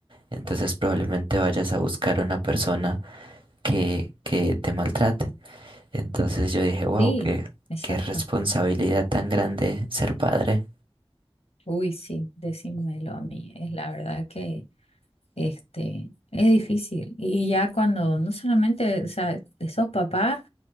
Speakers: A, on the right; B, on the left.
A: entonces probablemente vayas a buscar una persona que, que te maltrate. Entonces yo dije, wow,
B: sí,
A: qué,
B: exacto.
A: qué responsabilidad tan grande ser padre.
B: Uy, sí, decímelo a mí. Es la verdad que este es difícil. Y ya cuando no solamente, o sea, sos papá